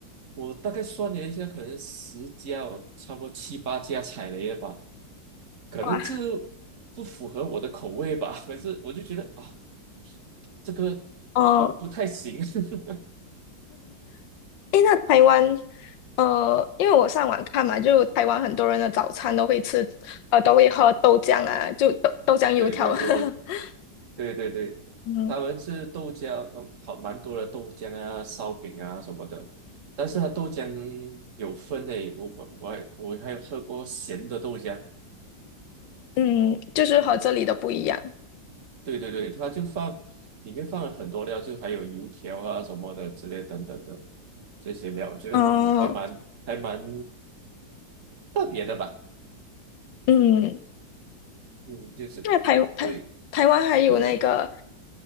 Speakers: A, on the right; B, on the left.
A: 我大概算了一下，可能十家，我差不多七八家踩雷了吧，可能这
B: 哇
A: 不符合我的口味吧。可是我就觉得啊，这个不不不太行。
B: <laughs>，哦，
A: <laughs>
B: 诶，那台湾，呃，因为我上网看嘛，就台湾很多人的早餐都会吃，呃，都会喝豆浆啊，就豆豆浆油条。
A: 对对对对。
B: <laughs>
A: 对对对，
B: 嗯
A: 他们是豆浆，嗯，好蛮多的豆浆啊、烧饼啊什么的。但是它豆浆有分诶，我我我还我还有喝过咸的豆浆。
B: 嗯，就是和这里的不一样。
A: 对对对，它就放里面放了很多料，就还有油条啊什么的之类等等的这些料，我觉得嗯还蛮还蛮
B: 哦，
A: 特别的吧。
B: 嗯。
A: 嗯，就是
B: 那台台台湾还有那个
A: 对，你说你说。